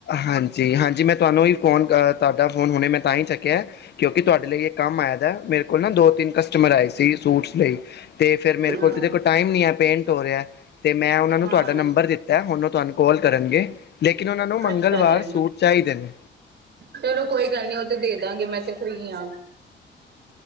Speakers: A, on the left; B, on the right.
A: ਹਾਂਜੀ, ਹਾਂਜੀ ਮੈਂ ਤੁਹਾਨੂੰ ਹੀ ਫੋਨ ਕਰ ਕਰਦਾ ਫੋਨ ਮੈ ਤੁਹਾ ਚੱਕਿਆ ਕਿਉਂਕਿ ਤੁਹਾਡੇ ਲਈ ਇਕ ਕੰਮ ਆਇਆ ਦਾ ਮੇਰੇ ਕੋਲ ਨਾ ਦੋ ਤਿੰਨ ਕਸਟਮਰ ਆਏ ਸੀ ਸੂਟਸ ਲਈ ਤੇ ਫੇਰ ਮੇਰੇ
B: ਹਾਂ
A: ਕੋਲ ਤੇ ਟਾਈਮ ਨੀ ਆ ਪੇਂਟ ਹੋ ਰਿਹਾ। ਤੇ ਮੈਂ ਉਹਨਾਂ ਨੂੰ
B: ਹਾਂ
A: ਤੁਹਾਡਾ ਨੰਬਰ ਦਿੱਤਾ ਹੁਣ ਤੁਹਾਨੂੰ ਕੋ ਕਾੱਲ ਕਰਨਗੇ। ਲੇਕਿਨ ਉਹਨਾਂ ਨੂੰ ਮੰਗਲਵਾਰ
B: ਅੱਛਾ ਜੀ
A: ਸੂਟ ਚਾਹੀਦੇ ਨੇ
B: ਚਲੋ ਕੋਈ ਗੱਲ ਨੀ ਉਹ ਤੇ ਦੇ ਦਾਂਗੇ ਮੈਂ ਤੇ ਫ੍ਰੀ ਹਾਂ।